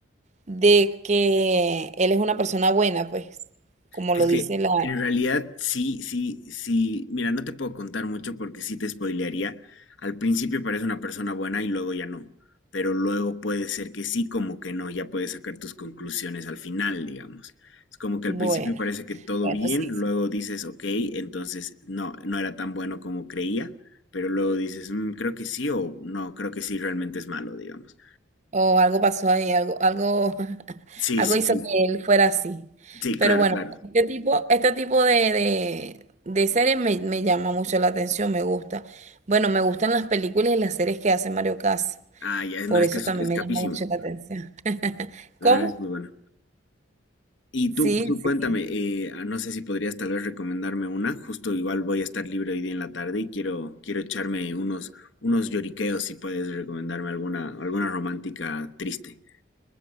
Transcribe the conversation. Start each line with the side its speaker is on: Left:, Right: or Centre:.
Right: de que él es una persona buena, pues, como
Left: Es
Right: lo
Left: que
Right: dice la...
Left: en realidad sí, sí, sí. Mira, no te puedo contar mucho porque sí te spoilearía. Al principio parece una persona buena y luego ya no. Pero luego puede ser que sí, como que no. Ya puedes sacar tus conclusiones al final, digamos. Es como que
Right: Bueno,
Left: al principio parece que todo
Right: bueno,
Left: bien,
Right: sí,
Left: luego
Right: sí.
Left: dices, ok, entonces no, no era tan bueno como creía. Pero luego dices, "Mm, creo que sí o no, creo que sí realmente es malo, digamos.
Right: O algo pasó ahí, algo, algo, <laughs>
Left: Sí,
Right: algo
Left: sí,
Right: hizo
Left: sí.
Right: que él fuera así.
Left: Sí,
Right: Pero
Left: claro,
Right: bueno,
Left: claro.
Right: este tipo, este tipo de, de, de series me, me llama mucho la atención, me gusta. Bueno, me gustan las películas y las series que hace Mario Casas.
Left: Ah, ya, no,
Right: Por
Left: es
Right: eso
Left: que es,
Right: también
Left: es
Right: me
Left: capísimo.
Right: llama mucho la atención.
Left: La
Right: ¿Cómo?
Left: verdad es muy bueno. Y tú,
Right: Sí,
Left: tú cuéntame,
Right: sí.
Left: eh, ah, no sé si podrías tal vez recomendarme una, justo igual voy a estar libre hoy día en la tarde y quiero, quiero echarme unos, unos lloriqueos si puedes recomendarme alguna, alguna romántica triste.